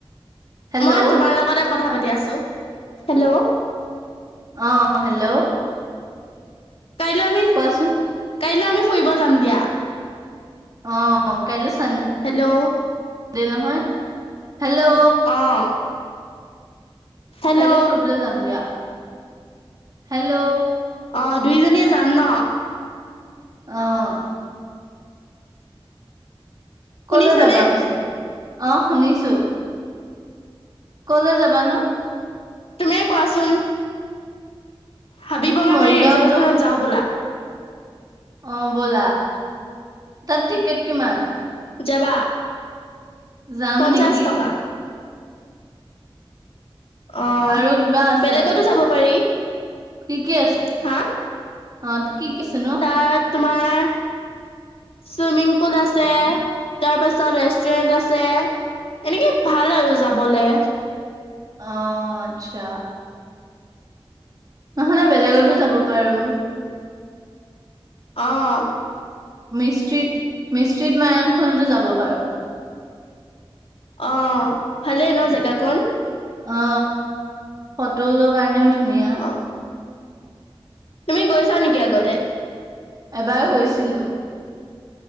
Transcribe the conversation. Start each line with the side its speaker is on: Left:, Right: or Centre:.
Right: হেল্ল'
Left: মই
Right: অ
Left: তোমাৰ লগতে কথা পাতি তি আছো হেল্ল'
Right: অ হেল্ল'
Left: কাইলৈ আমি
Right: কোৱাচোন
Left: কাইলৈ আমি ফুৰিব যাম দিয়া।
Right: অ কাইলৈ ছান দে
Left: হেল্ল'
Right: দে নহয়। হেল্ল'
Left: অ'। হেল্ল'
Right: কাইলৈ ফুৰিবলৈ যাম দিয়া। হেল্ল'
Left: অ' দুইজনীয়ে যাম ন।
Right: অহ।
Left: শুনিছানে?
Right: কলৈ যাবা পিছে। অ শুনিছোঁ। কলৈ যাবানো।
Left: তুমিয়েই কোৱাচোন। হাবি বঙাবাৰী
Right: মৰিগাঁওতো
Left: ৰিজাল্ট থানত যাওঁ ব'লা।
Right: অ ব'লা তাত টিকেট কিমান।
Left: যাবা
Right: যাম
Left: পঞ্চাশ
Right: নেকি।
Left: টকা অ
Right: আৰু কিবা আছে
Left: বেলেগতো
Right: তাত
Left: যাব পাৰি।
Right: কি কি আছে
Left: হা
Right: অ কি কি আছে নু।
Left: তাত তোমাৰ চুইমিং পুল আছে তাৰ পাছত ৰেষ্টুৰেন্ট আছে এনেকে ভাল আৰু যাবলে।
Right: অহ আচ্ছা নহ'লে বেলেগতো যাব পাৰোঁ।
Left: অহ।
Right: মিষ্ট্ৰতিত মি। ষ্ট্ৰ্ৰীট মায়ংখনতো যাব পাৰোঁ।
Left: অ ভালেই ন জেগা কন।
Right: অ ফটোটোৰ কাৰণেও। ধুনীয়া।
Left: অ'। তুমি গৈছা নেকি আগতে
Right: এবাৰ গৈছিলোঁ।